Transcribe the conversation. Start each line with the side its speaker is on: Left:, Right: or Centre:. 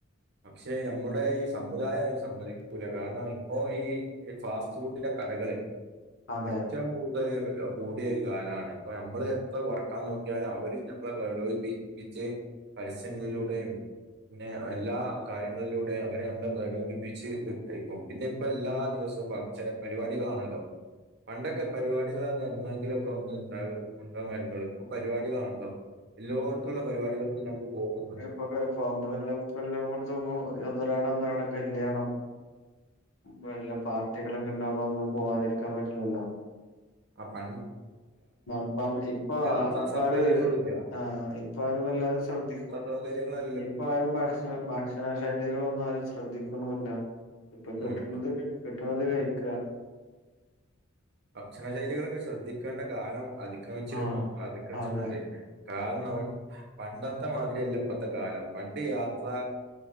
Right: പക്ഷേ നമ്മടെ ഈ സമുദായതിന് സമ്മതിക്കൂല കാരണം ഇപ്പോ ഈ ഈ ഫാസ്റ്റ് ഫുഡിന്റെ കടകള്
Left: അതെ
Right: ഏറ്റവും കൂ ടുതല് <unintelligible> കൂടിയ ഒരു കാലാണ്. അപ്പയമ്മള് എത്ര കൊറക്കാൻ നോക്കിയാലും അവര് ഞമ്മളെ പ്രോലോയിപ്പിച്ച് പരസ്യങ്ങളിലൂടെയും പിന്നെ അല്ലാ കാര്യങ്ങളിലൂടെ അവര് നമ്മളെ പ്രലോഭിപ്പിച്ച് വിട്ടയ്ക്കും. പിന്നെ ഇപ്പ എല്ലാ ദിവസ വും <unintelligible> പരിപാടികളാണല്ലോ. പണ്ടക്കെ പരിപാടികളാന്ന് എന്നെങ്കിലൊക്കെ ഒന്ന്ണ്ടാവുള്ളൂ. <unintelligible> ഇപ്പം പരിപാടികളാണല്ലോ. എല്ലോട്ത്തുള്ള പരിപാടികൾക്കും ഞമ്മള് പോകുംന്ന്
Left: ഇപ്പൊക്കെ <unintelligible> എല്ലോട്ത്തുപ്പം ഒന്നൊരാട ഒന്നരാടക്കെല്യാണം വല്ല പാർട്ടികളക്കെണ്ടാകുമ്പ അമ്മള് പോവാതിരിക്കാൻ പറ്റില്ലല്ലോ.
Right: അപ്പ
Left: പ്പം ഇപ്പ
Right: യാത്രാ
Left: അപ്പാര്
Right: സൗകര്യങ്ങളും ഇല്ല
Left: ആഹ് ഇപ്പാര് വല്ലാതെ ശ്രദ്ധിക്കും.
Right: സൗകര്യങ്ങള
Left: ഇപ്പാരും ഭക്ഷണ ഭക്ഷണ ശൈലികളൊന്നും ആരു ശ്രദ്ധിക്ക്‌ണുല്ല. ഇപ്പം കിട്ട്ണത്
Right: ഉം
Left: കിട്ട്ണത് കഴിക്ക.
Right: ഭക്ഷണശൈലികളക്കെ ശ്രദ്ധിക്കണ്ട കാലം അതിക്രമിച്ചിരിക്കും
Left: ആഹ്
Right: അതിക്രമിച്ചിട്ടുണ്ട്.
Left: അതെ
Right: കാര്ണം പണ്ടത്തെ മാതിരിയല്ലപ്പത്തെ കാലം പണ്ട് യാത്ര